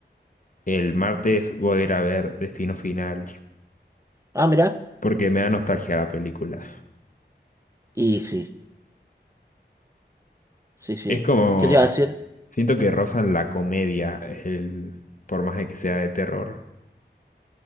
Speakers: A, on the left; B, on the right.
A: El martes voy a ir a ver Destino Final.
B: Ah, mira.
A: porque me da nostalgia la película.
B: Y sí, sí, sí.
A: Es como,
B: ¿Qué te iba a decir?
A: siento que rozan la comedia, el, por más de que sea de terror.